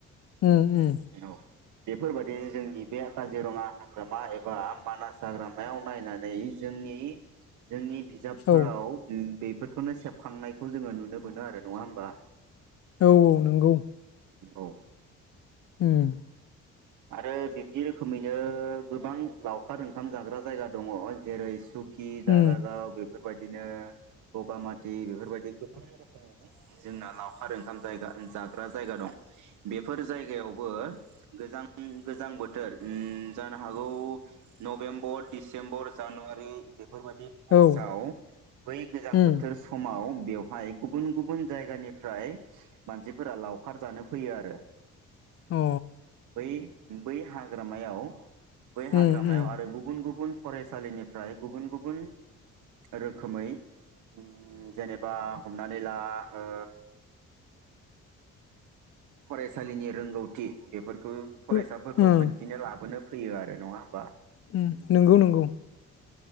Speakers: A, on the left; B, on the right.
A: उम उम
B: औ बेफोरबायदिनो जोंनि बे काजिरङा हाग्रामा एबा मानास हाग्रामायाव नायनानै जोंनि जोंनि बिजाबफोराव
A: औ
B: उम बेफोरखौनो सेबखांनायखौ जोङो नुनो मोनो आरो नङा होमबा?
A: औ औ नंगौ।
B: औ
A: उम
B: आरो बिब्दि रोखोमैनो गोबां लावखार ओंखाम जाग्रा जायगा दङ' जेरै सु कि दारागाव
A: उम
B: बेफोरबायदिनो बगामाथि बेफोरबायदि गोबां रोखोमनि जोंना लावखार ओंखाम जायगा जाग्रा जायगा दं बेफोर जायगायावबो गोजां उम गोजां बोथोर उम जानो हागौ नभेम्बर, डिसेम्बर, जानुवारि बेफोरबायदि मासाव
A: औ
B: बै गोजां
A: उम
B: बोथोर समाव बेयाव हाय गुबुन गुबुन जायगानिफ्राय मानसिफोरा लावखार जानो फैयो आरो।
A: अ
B: बै बै हाग्रामायाव बै हाग्रामायाव
A: उम उम
B: आरो गुबुन गुबुन फरायसालिनिफ्राय गुबुन गुबुन रोखोमै उम जेनेबा हमनानै ला ओ फरायसालिनि रोंगौथि बेफोरखौ फरायसाफोरखौ
A: ओ उम
B: खोन्थिनो लाबोनो फैयो आरो नङा होमबा?
A: उम नंगौ नंगौ।